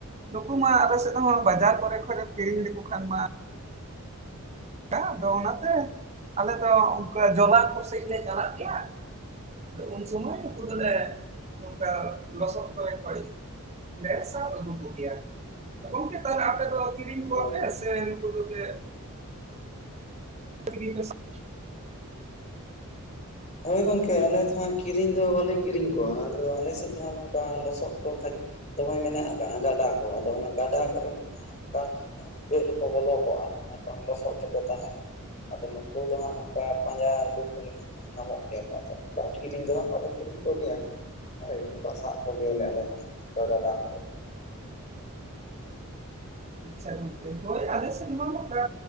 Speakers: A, on the right (about 30°); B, on the left (about 30°).
A: ᱱᱩᱠᱩ ᱢᱟ ᱟᱞᱮ ᱥᱮᱫ ᱦᱚᱸ ᱵᱟᱡᱟᱨ ᱠᱚᱨᱮ ᱠᱷᱟᱡ ᱞᱮ ᱠᱤᱨᱤᱧ ᱞᱮᱠᱚ ᱠᱷᱟᱱ ᱢᱟ ᱟᱫᱚ ᱚᱱᱟ ᱛᱮ ᱟᱞᱮ ᱫᱚ ᱚᱱᱠᱟ ᱡᱚᱞᱟᱯᱩᱨ ᱥᱮᱫ ᱞᱮ ᱪᱟᱞᱟᱜ ᱜᱮᱭᱟ ᱟᱫᱚ ᱩᱱ ᱥᱚᱢᱚᱭ ᱱᱩᱠᱩ ᱫᱚᱞᱮ ᱱᱚᱝᱠᱟ ᱞᱚᱥᱚᱫ ᱠᱚᱨᱮ ᱠᱷᱚᱡ ᱞᱮ ᱥᱟᱵ ᱟᱹᱜᱩ ᱠᱚᱜᱮᱭᱟ ᱜᱚᱝᱠᱮ ᱛᱟᱦᱚᱞᱮ ᱟᱯᱮ ᱫᱚ ᱠᱤᱨᱤᱧ ᱠᱚᱣᱟ
B: ᱦᱳᱭ
A: ᱯᱮ ᱥᱮ ᱱᱩᱠᱩ ᱫᱚᱯᱮ <inaudible> <unintelligible>
B: ᱦᱳᱭ ᱜᱚᱝᱠᱮ ᱟᱞᱮ ᱫᱚᱦᱟᱸᱜ ᱠᱤᱨᱤᱧ ᱫᱚ ᱵᱟᱞᱮ ᱠᱤᱨᱤᱧ ᱠᱚᱣᱟ ᱟᱞᱮ ᱫᱚ ᱟᱞᱮ ᱥᱮᱫ ᱫᱚᱦᱟᱸᱜ ᱱᱚᱝᱠᱟ ᱞᱚᱥᱚᱫ ᱠᱚ ᱠᱷᱟᱡ ᱫᱚᱢᱮ ᱢᱮᱱᱟᱜ ᱟᱠᱟᱜᱼᱟ ᱜᱟᱰᱟ ᱠᱚ ᱟᱫᱚ ᱚᱱᱟ ᱜᱟᱰᱟ ᱠᱚᱨᱮ <inaudible> ᱵᱷᱩᱜᱟᱹᱜ ᱨᱮᱠᱚ ᱵᱚᱞᱚ ᱠᱚᱜᱼᱟ ᱟᱨ ᱵᱟᱝ ᱞᱚᱥᱚᱫ ᱨᱮᱠᱚ ᱛᱟᱦᱮᱱᱟ ᱟᱫᱚ ᱱᱩᱠᱩ ᱫᱚ ᱦᱟᱸᱜ ᱱᱚᱱᱠᱟ ᱯᱟᱸᱡᱟ ᱩᱰᱩᱜ ᱞᱮᱠᱷᱟᱱ ᱦᱟᱸᱜ ᱧᱟᱢᱚᱜ ᱜᱮᱭᱟ ᱠᱚ ᱟᱫᱚ <unintelligible> ᱠᱤᱨᱤᱧ ᱫᱚ ᱦᱟᱸᱜ ᱵᱟᱞᱮ ᱠᱤᱨᱤᱧ ᱠᱚᱜᱮᱭᱟ ᱦᱳᱭ ᱚᱱᱠᱟ ᱥᱟᱵ ᱠᱚᱜᱮᱭᱟᱞᱮ ᱟᱞᱮ ᱫᱚ ᱛᱚ ᱜᱟᱰᱟ ᱠᱚᱨᱮ
A: ᱟᱪᱪᱷᱟ ᱜᱚᱝᱠᱮ ᱟᱞᱮ ᱥᱮᱫ ᱢᱟ ᱱᱚᱜᱠᱟ